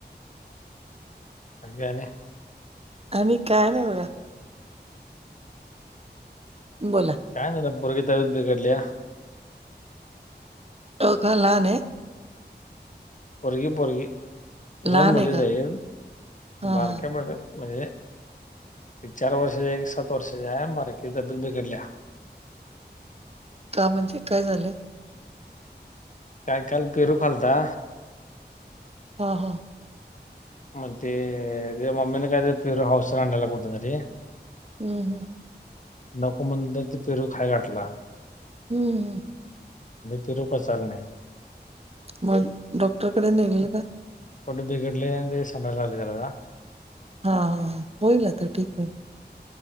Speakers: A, on the left; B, on the right.
A: अणबया आणि.
B: आम्ही काय नाही बघा बोला.
A: काय नाही ना पुरग त बेडल्या
B: हो का ला नाही.
A: पोरगी पोरगी
B: लहान
A: दोन मुली
B: आहे का
A: जाईन
B: हा
A: बारक्या
B: हा
A: बगत. म्हणजे एक चार वर्षाचे आहे एक सात वर्षाच्या आहे बारकी ची तब्येत बिघडल्या.
B: का म्हणजे काय झालंय.
A: काय काल पेरू खालता.
B: हा हा.
A: मतेे मम्मीनी काय तर हसन आणला होता.
B: हम् हम
A: नको म्हण ते पेरू खाय घाटला.
B: हम्म
A: पेरू पचायला नाही.
B: मग डॉक्टरकडे नेलेलं का
A: पोट बिघडले आणि संडासला लागले त्याला.
B: हा हा होईल तर ठीक आहे